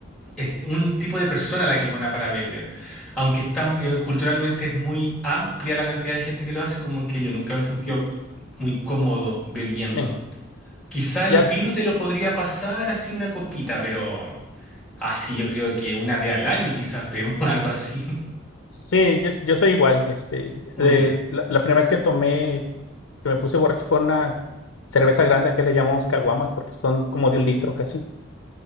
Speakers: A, in the centre; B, on the left.
A: es un tipo de persona la que es buena para beber. Aunque está, eh, culturalmente es muy amplia la cantidad de gente que lo hace, como que yo nunca me he sentido muy cómodo bebiendo.
B: sí.
A: Quizá el
B: Ya,
A: vino te lo podría pasar así una copita, pero así yo creo que una vez al año quizás bebo <laughs> algo así.
B: sí, yo, yo soy igual. Este,
A: Muy
B: de-
A: bien.
B: la, la primera vez que tomé, que me puse borracho fue una cerveza grande, que le llamamos caguamas, porque son como de un litro casi.